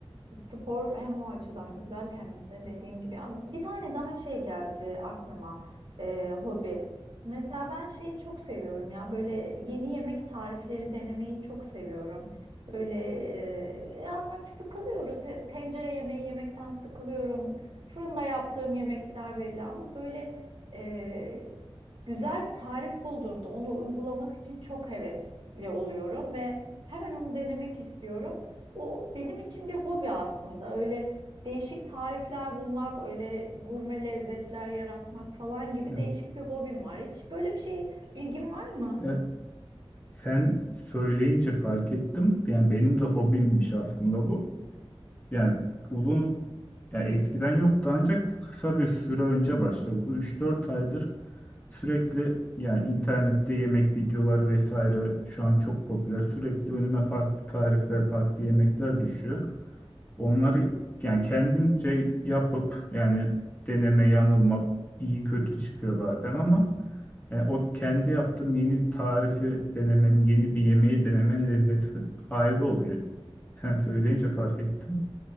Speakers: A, on the right; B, on the left.
A: Spor hem o açıdan güzel hem de dediğim gibi. Ya Bir tane daha şey geldi aklıma e, hobi. Mesela ben şeyi çok seviyorum ya böyle yeni yemek tarifleri denemeyi çok seviyorum. Böyle e, ya sıkılıyoruz E, tencere yemeği yemekten sıkılıyorum. Fırında yaptığım yemekler belli ama böyle e, güzel bir tarif bulduğumda onu uygulamak için çok hevesli oluyorum ve hemen onu denemek istiyorum. O benim için bir hobi aslında. Öyle değişik tarifler bulmak, öyle gurme lezzetler yaratmak falan gibi
B: Evet.
A: değişik bir hobim var. Hiç böyle bir şey ilgin var mı?
B: Sen, sen söyleyince fark ettim. Yani benim de hobimmiş aslında bu. Yani uzun yani eskiden yoktu ancak kısa bir süre önce başladı. Bu üç dört aydır Sürekli yani internette yemek videoları vesaire şu an çok popüler. Sürekli önüme farklı tarifler, farklı yemekler düşüyor. Onları yani kendimce yapıp yani deneme yanılma iyi kötü çıkıyor bazen ama yani o kendi yaptığım yeni bir tarifi denemenin, yeni bir yemeği denemenin lezzeti ayrı oluyor. Sen söyleyince fark ettim.